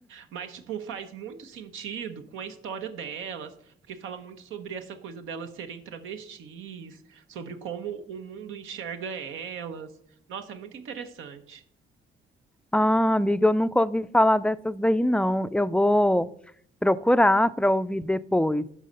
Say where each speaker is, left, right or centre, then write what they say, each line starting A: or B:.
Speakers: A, on the right (about 85°); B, in the centre.
A: Mas, tipo, faz muito sentido com a história delas, porque fala muito sobre essa coisa delas serem travestis, sobre como o mundo enxerga elas. Nossa, é muito interessante.
B: Ah, amiga, eu nunca ouvi falar dessas daí, não. Eu vou procurar para ouvir depois.